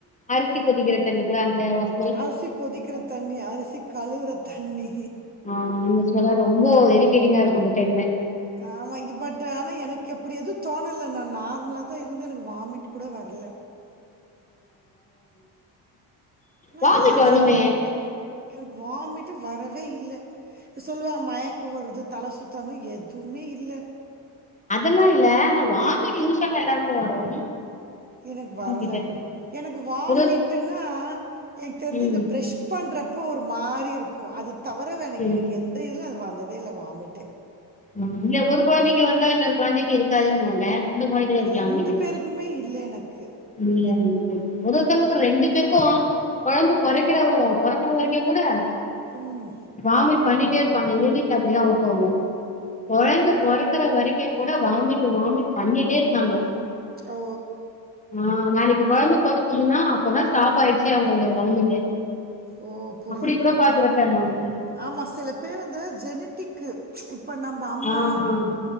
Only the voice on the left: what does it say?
அரிசி கொதிக்கிற தண்ணி கூட அந்த வச
அ அந்த ஸ்மெல்லா ரொம்ப இரிட்டேட்டிங்கா இருக்கூ அந்த டைம்ல
வாமிட்
வருமே
அதெல்லா இல்ல ஆனா வாமிட் யூஷ்வலா எல்லாருக்கு வரு
என்ன
கேட்ட
ஒரு
ம்
சரி
ம் இல்ல ஒரு கொழந்தைக்கு வந்தா இன்னொரு கொழந்தைக்கு இருக்காதுன்னுவாங்க அந்த மாரி கூட இருக்கலா
நெனைக்கிறே
ஒரு ஒருத்தங்ளுக்கு ரெண்டு பேருக்கு கொழந்த பொறக்கற பொறக்குற வரைக்கு கூட
வாமிட் பண்ணிட்டே இருப்பாங்க எங்க வீட்ல அப்டிதா ஒருத்தவங்க கொழந்த பொறக்குற வரைக்கு கூட வாமிட் வாமிட் பண்ணிட்டே இருந்தாங்க
அ நாளைக்கு கொழந்த பொறக்குதுன்னா அப்பதா ஸ்டாப் ஆய்ச்சே அவுங்களுடைய வாமிட்டே
அப்டி கூட
பாத்துறுக்கே நானு
ஆஹ்